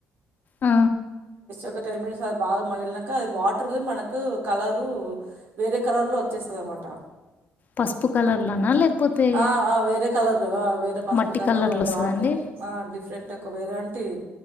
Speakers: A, on the left; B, on the right.
A: ఆ
B: ఒక టెన్ మినట్స్ అది బాగా మగిలినంక అది వాటర్ మనకు కలరూ వేరే కలర్లో వచ్చేస్తదన్నమాట.
A: పసుపు కలర్లోనా లేకపోతే
B: ఆ ఆ వేరే కలర్లో ఆ వేరే పసుపు
A: మట్టి
B: కలర్లు
A: కలర్లో
B: ఒక
A: వస్తదండి
B: లాంటి ఆ డిఫరెంట్ ఒక వేరేంటి